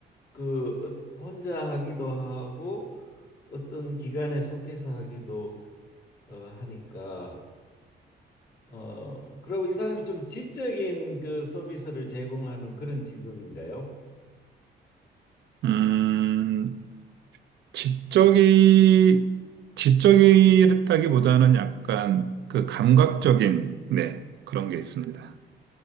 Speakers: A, on the left (about 55°); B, on the right (about 65°).
A: 그 어, 혼자 하기도 하고 어떤 기관에 속해서 하기도 어, 하니까 어, 그리고 이 사람이 좀 지적인 그 서비스를 제공하는 그런 직업인가요?
B: 음, 지적이, 지적이랬다기보다는 약간 그 감각적인, 네, 그런 게 있습니다.